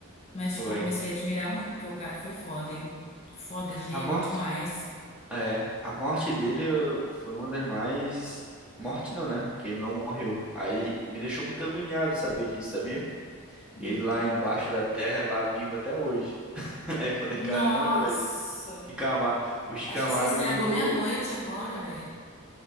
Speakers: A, on the left; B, in the centre.
A: Mas, tipo,
B: Foi.
A: eu comecei a admirar muito, porque o cara foi foda, hein? Foda, gênio
B: A morte.
A: demais.
B: É. A morte dele eu- foi uma das mais. Morte não, né? Porque ele não morreu. Aí me deixou muito agoniado saber disso, sabia?
A: Hum.
B: Ele lá embaixo da terra, lá vivo até hoje. <laughs> Aí eu falei,
A: Nossa!
B: caramba, velho. Shikamaru, o Shikamaru
A: Acho que você estragou
B: vingou.
A: minha noite agora, velho.